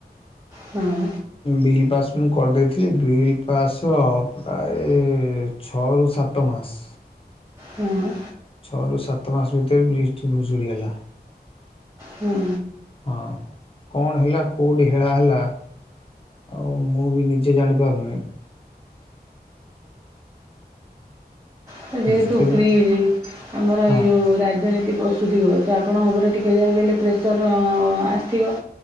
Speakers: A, on the right; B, on the left.
A: ହଁ।
B: ବିଲ୍ ପାସ୍ ମୁଁ କରିଦେଇଥିଲି ବିଲ୍ ପାସ୍ ପ୍ରାଏ ଛଅରୁ ସାତମାସ୍
A: ହୁଁ।
B: ଛଅ ରୁ ସାତ ମାସ ଭିତରେ ବ୍ରଜ୍ଟି ଭୁଷୁଡ଼ିଗଲା।
A: ହୁଁ।
B: ହଁ କଣ ହେଲା କେଉଁଠି ହେଳା ହେଲା। ଆଉ ମୁଁ ବି ନିଜେ ଜାଣିପାରୁନି।
A: ତ ଯେହେତୁ
B: ନିଶ୍ଚୟ
A: ବ୍ରିଜ୍ ଆମର ଏଇ
B: ହଁ
A: ଯୋଉ ରାଜନୀତି ତି ପଶୁଥିବ ତ ଆପଣଙ୍କ ଉପରେ ଟିକେ ଯାହାକି ହେଲେ ପ୍ରେସର ଅ- ଆସିବ।